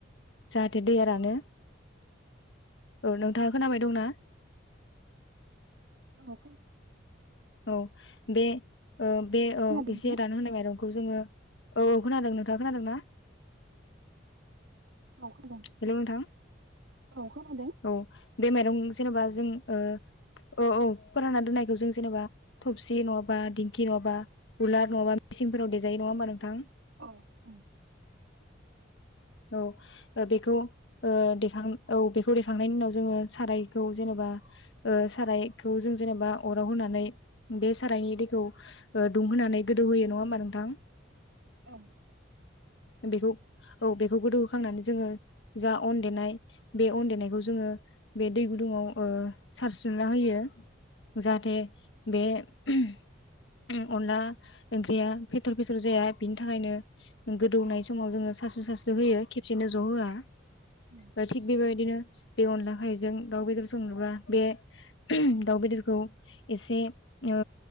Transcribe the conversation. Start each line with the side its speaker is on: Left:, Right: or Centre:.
Left: जाहाथे दैया रानो। औ नोंथाङा खोनाबाय दंना?
Right: औ खोना
Left: औ बे ओ बे
Right: खोनादों
Left: औ एसे
Right: नोंथां
Left: रानो होनाय माइरं खौ जोङो औ औ खोनादों नोंथां खोनादों ना?
Right: औ खोनादों
Left: हेल' नोंथां
Right: औ खोनादों
Left: औ बे माइरं जेनेबा जों ओ औ औ फोरानना दोननायखौ जों जेनेबा थबसि नङाबा दिंखि नङाबा कुलार नङाबा मेसिनफोराव देजायो नङा होमबा नोंथां?
Right: औ औ।
Left: औ बेखौ ओ देखां औ बेखौ देखांनायनि उनाव जोङो सारायखौ जेनेबा ओ सारायखौ जों जेनेबा अराव होनानै बे सारायनि दैखौ ओ दुंहोनानै गोदौहोयो नङा होमबा नोंथां?
Right: औ।
Left: बेखौ औ बेखौ गोदौ होखांनानै जोङो जा अन देनाय बे अन देनायखौ जोङो बे दै गुदुङाव ओ सारस्रोना होयो जाहाथे बे उम अनला ओंख्रिया फेथर फेथर जाया बिनि थाखायनो गोदौनाय
Right: औ
Left: समाव जोङो सास्रो सास्रो होयो खेबसेनो ज' होआ।
Right: औ
Left: दा थिं बेबाय दिनो बे अनला खायजों दाउ बेदर संनोबा बे दाउ बेदरखौ एसे ओ